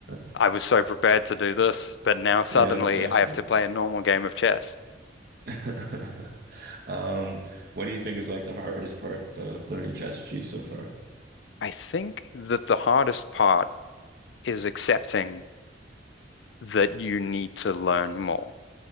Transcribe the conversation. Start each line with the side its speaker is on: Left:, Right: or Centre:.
Right: <laughs> Yeah.
Left: I
Right: <laughs>
Left: was so prepared to do this, but now suddenly
Right: Yeah, exactly.
Left: I have to play a normal game of chess.
Right: <laughs> Um, what do you think is like the hardest part of learning ChatGPT so far?
Left: I think that the hardest part is accepting that you need to learn more.